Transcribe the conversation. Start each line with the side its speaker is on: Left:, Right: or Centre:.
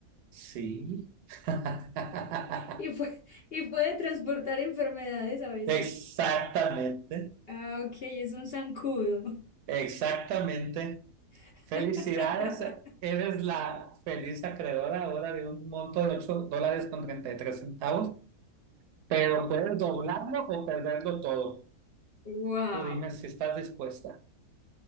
Right: sí. <laughs>
Left: y puede, <laughs> y puede transportar enfermedades a veces.
Right: Exactamente,
Left: Ah, ok, es un zancudo.
Right: exactamente.
Left: <laughs>
Right: Felicidades, eres la feliz acreedora ahora de un monto de 8 dólares con 33 centavos, pero puedes doblarlo o perderlo todo.
Left: Wow.
Right: Tú dime si estás dispuesta.